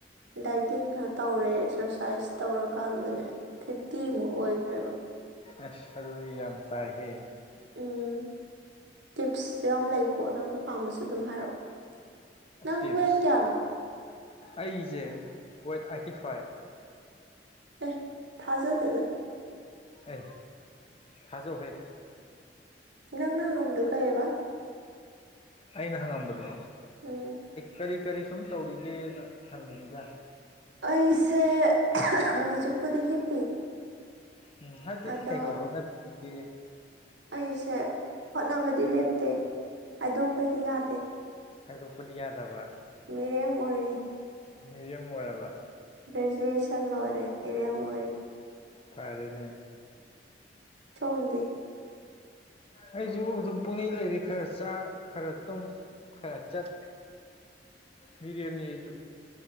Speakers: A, on the right; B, on the left.
A: ꯗꯥꯏꯇꯤꯡ ꯈꯔ ꯇꯧꯔꯦ ꯑꯦꯛꯁꯔꯁꯥꯏꯁ ꯇꯧꯔꯀꯥꯟꯗꯅꯦ ꯐꯤꯐꯇꯤꯃꯨꯛ ꯑꯣꯏꯈ꯭ꯔꯦꯕ
B: ꯑ ꯁꯔꯔꯤ ꯌꯥꯝꯇꯥꯍ
A: ꯎꯝ ꯇꯤꯞꯁꯁꯨ ꯌꯥꯝ ꯂꯩꯀꯣ ꯅꯪ ꯄꯥꯝꯝꯕꯁꯨ ꯑꯗꯨꯝ ꯍꯥꯏꯔꯛꯑꯣ ꯅꯪꯋꯦꯗ
B: ꯇꯤꯞꯁ
A: ꯀꯌꯥꯅ
B: ꯑꯩꯁꯦ ꯦꯠ ꯑꯥꯏꯠꯇꯤ ꯐꯥꯏꯚ
A: ꯑꯦ ꯊꯥꯖ ꯇꯖ
B: ꯑꯦ ꯊꯥꯖꯣꯛꯍꯦ
A: ꯅꯪꯅꯪꯉꯕꯨꯗꯨ ꯀꯌꯦꯕ
B: ꯑꯩꯅ ꯍꯪꯉꯝꯕꯗꯣ
A: ꯎꯝ
B: ꯀꯔꯤ ꯀꯔꯤ ꯁꯨꯝ ꯇꯧꯔꯤꯒꯦꯅ ꯍꯪꯕꯅꯤꯗ
A: ꯑꯩꯁꯦ ꯍꯧꯖꯤꯛꯄꯨꯗꯤ ꯍꯤꯞꯄꯤ
B: ꯎꯝ ꯍꯥꯏꯗꯤ
A: ꯑꯗꯣ
B: ꯊ ꯍꯣꯅꯕꯤꯦ
A: ꯑꯩꯁꯦ ꯍꯣꯠꯅꯕꯗꯤ ꯂꯦꯞꯇꯦ ꯍꯥꯏꯗꯣꯛꯄꯗꯤ ꯌꯥꯗꯦ
B: ꯍꯗꯣꯛ ꯀꯗꯤ ꯌꯥꯌꯥꯗꯕ
A: ꯃꯤꯔꯦꯝ ꯑꯣꯏꯔꯦ
B: ꯃꯤꯔꯦ ꯃ ꯑꯣꯏꯔꯔꯕ
A: ꯒ꯭ꯔꯥꯖꯨꯋꯦꯁꯟ ꯂ ꯑꯣꯏꯔꯦ ꯏꯔꯦ ꯃꯔꯤ
B: ꯐꯔꯦꯅꯦ
A: ꯆꯗꯤ
B: ꯑꯩꯁꯨ ꯑꯗꯨꯝ ꯄꯨꯛꯅꯤꯡꯩ ꯂꯩꯔꯤ ꯈꯔ ꯆꯥ ꯈꯔ ꯇꯨꯝ ꯈꯔ ꯆꯠ ꯕꯤꯔꯌꯥꯅꯤ ꯍꯥꯏꯁꯨ